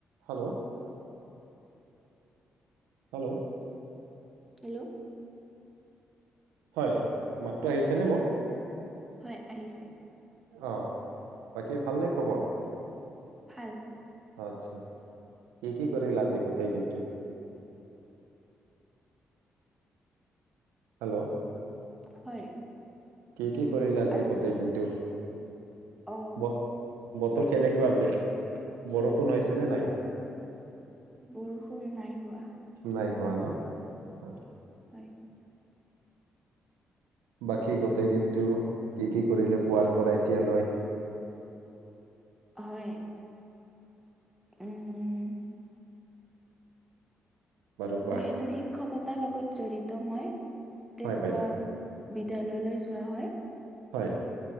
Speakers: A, on the right (about 85°); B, in the centre.
A: Hello. Hello.
B: Hello.
A: হয় মাতটো আহিছে নে মোৰ?
B: হয় আহিছে।
A: আহ বাকী ভালনে খবৰ?
B: ভাল।
A: আচ্ছা কি কি কৰিলা আজি গোটেই দিনটো? হেল্ল'।
B: হয়।
A: কি- কি কৰিলা আজি
B: আজ
A: গোটেই দিনটো?
B: অ
A: ব বতৰ কেনেকোৱা আজি, বৰষূণ হৈছে নে নাই?
B: বৰষূণ নাই হোৱা।
A: নাই হোৱা ন? অ
B: হয়।
A: বাকী গোটেই দিনটো কি কি কৰিলে পুৱাৰ পৰা এতিয়া লৈ?
B: হয়। উম।
A: বাৰু কোৱা
B: যিহেতু শিক্ষকতাৰ লগত- জড়িত মই- তেনেকোৱা
A: হয় বাইদেউ হয়
B: বিদ্যালয়লৈ যোৱা হয়।
A: হয়।